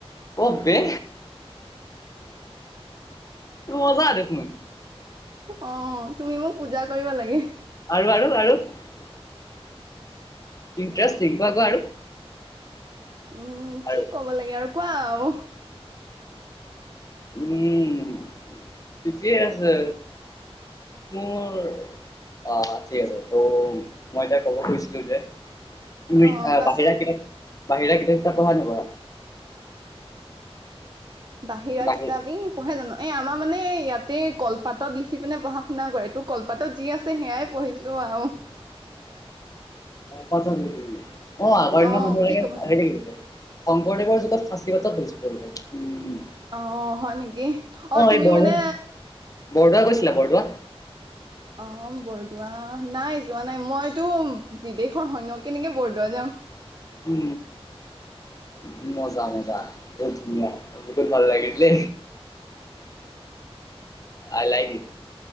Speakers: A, on the left; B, on the right.
A: অ বে মজা দেখোন।
B: অ তুমি মোক পূজা কৰিব লাগে।
A: আৰু আৰু আৰু ইণ্টাৰেষ্টিঙ কোৱা কোৱা
B: উম কি
A: আৰু
B: কব লাগে আৰু কোৱা অ
A: উম ঠিকেই আছে। মোৰ অ ঠিক আছে ত' মই এতিয়া ক'ব খুজিছিলোঁ যে তুমি
B: অ কোৱাচোন
A: বাহিৰা কিতাপ বাহিৰা কিতাপ চিতাপ পঢ়া নপঢ়া?
B: বাহিৰা
A: বাহিৰ
B: কিতাপ এই পঢ়ে জানো এ আমাৰ মানে ইয়াতে কলপাতত লিখি পিনে পঢ়া শুনা কৰে তোৰ কলপাতত যি আছে সেয়াই পঢ়িছো আৰু
A: <unintelligible> শংকৰদেৱৰ যুগত
B: অ কি কবা
A: সাঁচি পাতত পঢ়িছিলে বোলে উম
B: অ হয় নেকি অ তুমি
A: এই বৰদোৱা
B: মানে
A: বৰদোৱা গৈছিলা বৰদোৱা
B: অ বৰদোৱা নাই যোৱা নাই মইতো বিদেশৰ হয় ন্ কেনেকে বৰদোৱা যাম
A: উ উ মজা। বহুত ধুনীয়া বহুত ভাল লাগিলে। আই লাইক ইউ